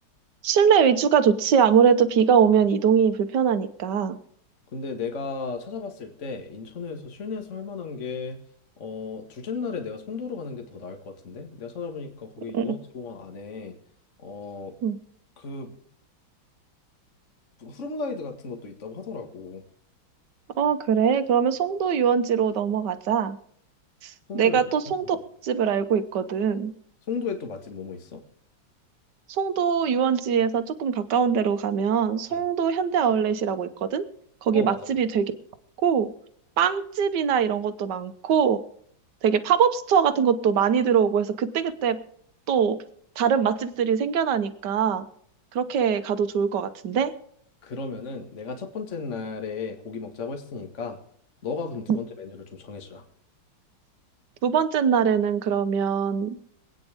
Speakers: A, on the right; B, on the left.
A: 실내 위주가 좋지. 아무래도 비가 오면 이동이 불편하니까.
B: 근데 내가 찾아봤을 때 인천에서 실내에서 할 만한 게 어, 둘째 날에 내가 송도로 가는 게 더 나을 것 같은데 내가 찾아보니까 거기
A: 응,
B: 유원지공원
A: 응.
B: 안에 어,
A: 응.
B: 그 후룸라이드 같은 것도 있다고 하더라고.
A: 어, 그래. 그러면 송도 유원지로 넘어가자.
B: 송도에
A: 내가
B: 어.
A: 또 송도 집을 알고 있거든.
B: 송도에 또 맛집 뭐뭐 있어?
A: 송도 유원지에서 조금 가까운 데로 가면 송도
B: 응.
A: 현대 아울렛이라고 있거든? 거기
B: 어,
A: 맛집이
B: 맞아, 맞아.
A: 되게 많고, 빵집이나 이런 것도 많고, 되게 팝업 스토어 같은 것도 많이 들어오고 해서 그때그때 또 다른 맛집들이 생겨나니까 그렇게 가도 좋을 것 같은데?
B: 그러면은 내가 첫 번째 날에 고기 먹자고 했으니까 너가 그럼 두
A: 음,
B: 번째 메뉴를 좀 정해주라.
A: 두 번째 날에는 그러면